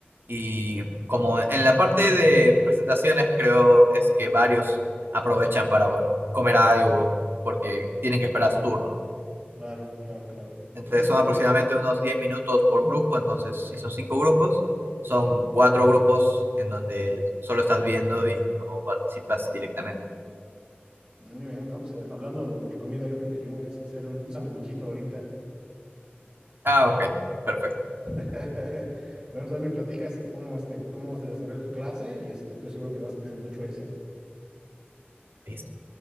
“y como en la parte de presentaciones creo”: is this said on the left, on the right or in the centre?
Right